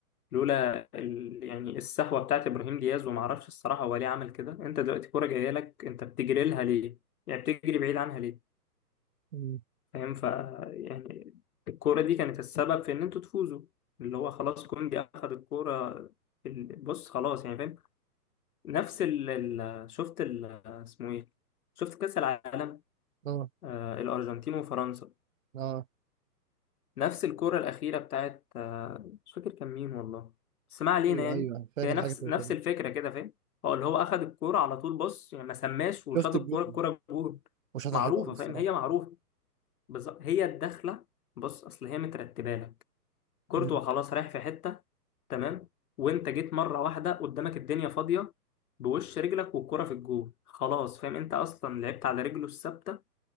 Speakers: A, on the left; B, on the right.
A: لولا ال... يعني السهوه بتاعت ابراهيم دياز وما اعرفش الصراحه هو ليه عمل كده انت دلوقتي كوره جايه لك انت بتجري لها ليه يعني بتجري بعيد عنها ليه
B: مم.
A: فاهم ف يعني الكوره دي كانت السبب في ان انتوا تفوزوا اللي هو خلاص كوندي اخذ الكوره ال- بص خلاص يعني فاهم نفس ال... ال... شفت ال... اسمه ايه شفت كاس العالم
B: اه
A: آه الارجنتين وفرنسا
B: اه
A: نفس الكرة الأخيرة بتاعت آه، مش فاكر كان مين والله بس ما علينا
B: ايوه
A: يعني
B: ايوه فاكر
A: هي نفس
B: حاجه زي
A: نفس
B: كده
A: الفكرة كده فاهم هو اللي هو أخد الكرة على طول بص يعني ما سماش وشاط
B: شفت الجون
A: الكرة الكرة جول
B: وشاطها
A: معروفة
B: حلو قوي الصراحه
A: فاهم هي معروفة بالظبط هي الدخلة بص أصل هي مترتبة لك كورتوا
B: مم.
A: خلاص رايح في حتة تمام وأنت جيت مرة واحدة قدامك الدنيا فاضية بوش رجلك والكرة في الجول خلاص فاهم أنت أصلا لعبت على رجله الثابتة